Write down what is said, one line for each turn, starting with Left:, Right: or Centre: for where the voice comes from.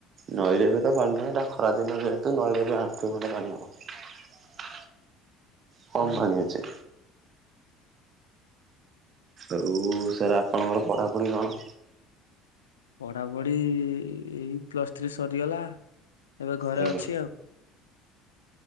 Right: ନଈରେ ଏବେ ତ ପାଣି ନାହିଁ ଏଟା ଖରା ଦିନ ଯେହେତୁ ନଈରେ ଏବେ ଆଣ୍ଠୁଏ ଖଣ୍ଡେ ପାଣି ହବ। କମ୍
Left: ଓଃ,
Right: ପାଣି ଅଛି। ଆଉ ସାର୍ ଆପଣଙ୍କର ପଢ଼ାପଢ଼ି କଣ?
Left: ପଢାପଢି ଏଇ ପ୍ଲସ ଥ୍ରୀ ସରିଗଲା। ଏବେ ଘରେ
Right: ଆଜ୍ଞା
Left: ଅଛି ଆଉ।